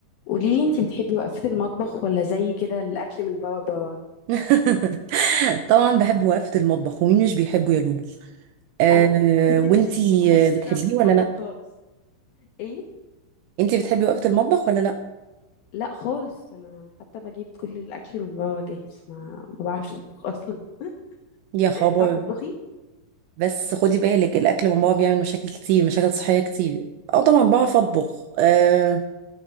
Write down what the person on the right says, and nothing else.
<laughs> طبعا بحب وقفة المطبخ ومين مش بيحبه يا لولو أه
وانتي
آه، بتحبيه
ولا لا
انتي بتحبي وقفة المطبخ ولا لا
يا
خبر
بس خدي بالك الاكل من بابا بيعمل مشاكل كتير مشاكل صحية كتير اه طبعا بعرف اطبخ أه